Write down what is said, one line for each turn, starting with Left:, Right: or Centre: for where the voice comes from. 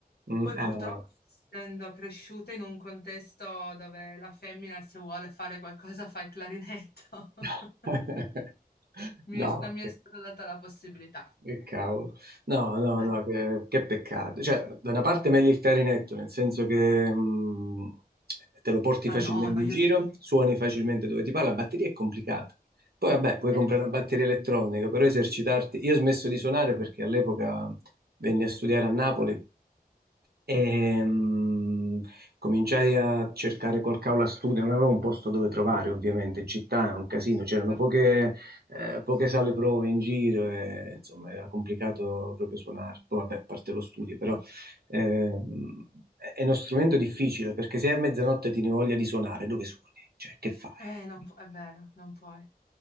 Right: Mm,
Left: Poi
Right: ah.
Left: purtroppo, essendo cresciuta in un contesto dove la femmina se vuole fare qualcosa fa il clarinetto,
Right: <laughs>
Left: <laughs> mi
Right: No,
Left: è- non
Right: ok.
Left: mi è stata data la possibilità.
Right: Che cavolo. No, no,
Left: Eh,
Right: no, che, che peccato. Cioè, da una parte meglio il clarinetto, nel senso che mh, te lo porti
Left: ma
Right: facilmente
Left: no, noiosissimo.
Right: in giro, suoni facilmente dove ti parla, la batteria è complicata. Poi vabbè, puoi
Left: Eh,
Right: comprare
Left: lo so,
Right: una batteria elettronica, però esercitarti... Io ho smesso di suonare perché all'epoca venni a studiare a Napoli e, mm, cominciai a cercare qualche aula studio, non avevo un posto dove trovare, ovviamente, in città è un casino, c'erano
Left: certo.
Right: poche, eh, poche sale prove in giro, e, insomma, era complicato proprio suonare. Poi, vabbè, a parte lo studio, però ehm, è uno strumento difficile perché se a mezzanotte ti ne voglia di suonare, dove suoni? Cioè, che fai?
Left: Eh, non pu- è vero, non puoi.